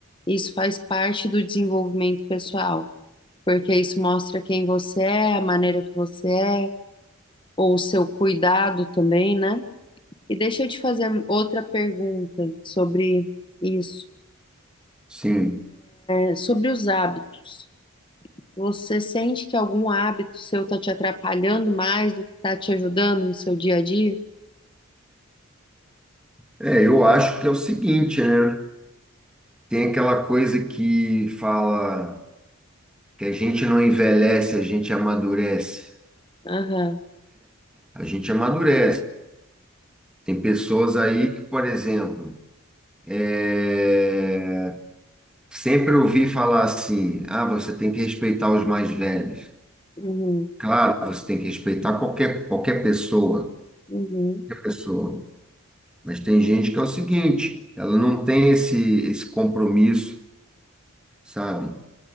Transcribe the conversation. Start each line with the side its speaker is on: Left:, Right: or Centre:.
Left: Isso faz parte do desenvolvimento pessoal, porque isso mostra quem você é, a maneira que você é, ou o seu cuidado também, né? E deixa eu te fazer outra pergunta sobre isso,
Centre: Sim.
Left: é, sobre os hábitos. Você sente que algum hábito seu está te atrapalhando mais do que está te ajudando no seu dia a dia?
Centre: É, eu acho que é o seguinte, né? Tem aquela coisa que fala que a gente não envelhece, a gente amadurece.
Left: Aham,
Centre: A gente amadurece. Tem pessoas aí que, por exemplo, É, Sempre ouvi falar assim: ah, você tem que respeitar os mais velhos.
Left: uhum,
Centre: Claro, você tem que respeitar qualquer, qualquer pessoa,
Left: uhum.
Centre: qualquer pessoa. Mas tem gente que é o seguinte: ela não tem esse, esse compromisso, sabe?